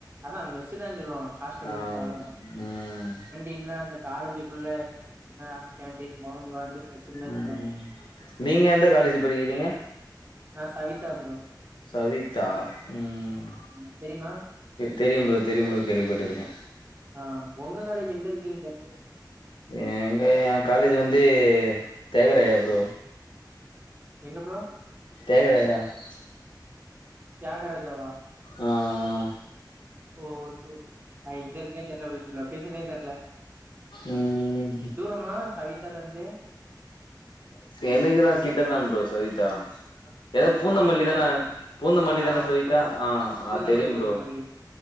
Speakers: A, on the right; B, on the left.
A: அதான் மெஸ்சு தா சொல்லுவோம் ஹாஸ்டல்
B: ஆ
A: மெஸ் அவ்ளோதான்
B: ம்
A: இன்னு அந்த காலேஜ் குள்ள அந்த கேண்டீன் போவோ இங்க வந்து மெஸ்ஸுன் தா
B: ம்
A: சொல்லுவோ
B: நீங்க எந்த காலேஜ்
A: ஆமா
B: படிக்கிறீங்க
A: நா சவித்தா ப்ரோ
B: சவித்தா ம்
A: ஆமா தெரியுமா
B: தெரியும் ப்ரோ தெரியும் ப்ரோ கேள்விபட்டுருக்கே
A: ஆ ஒங்க காலேஜ் எங்க இருக்கு இங்கருந்து
B: எங்க என் காலேஜ் வந்து தியாகராயர் ப்ரோ
A: எங்க ப்ரோ
B: தியாகராயர் தா
A: தியாக ராஜா வா
B: ஆ ஆ
A: ஓ ஓகே ஓகே அது எங்க இருக்குனே தெர்ல பஸ்ட் லொக்கேஷனே தெர்ல
B: ம்
A: தூரமா சவித்தாலந்து
B: என்னுகில்லா கிட்டதா ப்ரோ சவித்தா எது பூந்த
A: உங்களுக்கு
B: மல்லி
A: கிட்ட
B: தான பூந்த மல்லி
A: ஆ
B: தான
A: ஆ
B: சவித்தா
A: பூந்த
B: ஆ
A: பூந்தமல்லி
B: ஆ தெரியும்
A: பூந்தமல்லி
B: ப்ரோ